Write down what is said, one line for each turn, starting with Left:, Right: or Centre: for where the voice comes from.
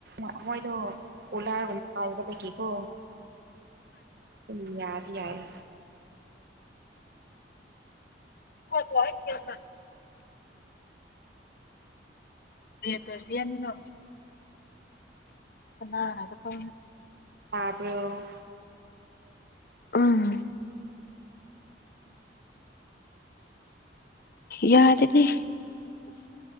Right: ꯑꯩꯈꯣꯏꯗꯣ ꯑꯣꯂꯥꯔꯒꯨꯝꯕ ꯍꯥꯏꯒꯕꯒꯤꯦꯀꯣ ꯎꯝ ꯌꯥꯔ ꯌꯥꯔꯦ
Left: ꯋꯥ ꯍꯥꯏ ꯀꯅ ꯔꯇꯖꯤ ꯌꯥꯝꯅꯤꯅꯣ ꯀꯅꯥꯅ ꯀ ꯐ
Right: ꯇꯥꯕ꯭ꯔꯣ
Left: ꯎꯝ ꯌꯥꯗꯅꯦ